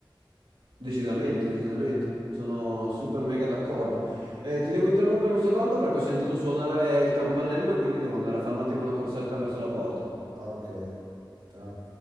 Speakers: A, on the right; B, on the right.
A: Decisamente, decisamente, sono super mega d'accordo. Eh, ti devo interrompere un secondo perché ho sentito suonare il campanello, quindi devo andare a fare un attimo una corsetta verso la porta.
B: Ah, ok, ciao.